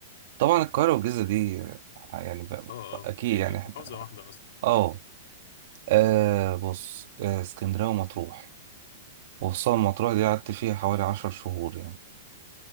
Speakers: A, on the right; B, on the left.
A: طبعا القاهرة والجيزة دي آه، يعني بقى-
B: اه
A: أكيد
B: اه يعني
A: يعني إحنا
B: محافظة واحدة أصلا
A: آه آه، بص آه، اسكندرية ومطروح وخصوصا مطروح دي قعدت فيها حوالي عشر شهور يعني